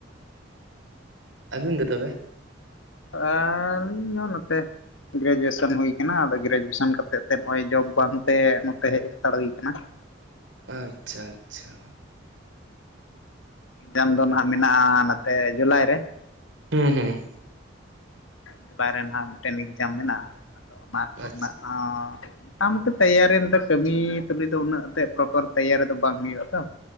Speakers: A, on the right; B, on the left.
A: ᱟᱹᱵᱤᱱ ᱫᱚ ᱛᱚᱵᱮ
B: ᱟᱹᱞᱤᱧ ᱦᱚᱸ ᱱᱚᱛᱮ ᱜᱨᱮᱡᱩᱭᱮᱥᱚᱱ ᱦᱩᱭ ᱟᱠᱟᱱᱟ ᱟᱫᱚ ᱜᱨᱮᱡᱩᱭᱮᱥᱚᱱ ᱠᱟᱛᱮᱫ ᱛᱮ ᱱᱚᱜᱼᱚᱭ ᱡᱚᱵ ᱵᱟᱝᱛᱮ ᱱᱚᱛᱮ ᱦᱮᱡ ᱦᱟᱛᱟᱲ ᱦᱩᱭ ᱟᱠᱟᱱᱟ
A: ᱟᱪᱪᱷᱟ ᱟᱪᱪᱷᱟ
B: ᱮᱠᱡᱟᱢ
A: ᱦᱩᱸ
B: ᱫᱚ ᱱᱟᱦᱟᱜ ᱢᱮᱱᱟᱜᱼᱟ ᱱᱚᱛᱮ ᱡᱩᱞᱟᱭ ᱨᱮ
A: ᱦᱩᱸ ᱦᱩᱸ
B: ᱡᱩᱞᱟᱭ ᱨᱮ ᱱᱟᱦᱟᱸᱜ ᱢᱤᱫᱴᱮᱱ ᱮᱠᱡᱟᱢ ᱢᱮᱱᱟᱜᱼᱟ ᱟᱫᱚ ᱚᱱᱟ ᱠᱚᱨᱮᱱᱟᱜ
A: ᱟᱪᱪᱷᱟ
B: ᱦᱚᱸ ᱢᱳᱴᱟᱢᱩᱴᱤ ᱛᱮᱭᱟᱨᱤ ᱫᱚ ᱠᱟᱹᱢᱤ ᱛᱩᱞᱩᱡ ᱫᱚ ᱩᱱᱟᱹᱜ ᱛᱮ ᱯᱨᱚᱯᱟᱨ ᱛᱮᱟᱨᱤ ᱫᱚ ᱵᱟᱝ ᱦᱩᱭᱩᱜᱼᱟ ᱛᱚ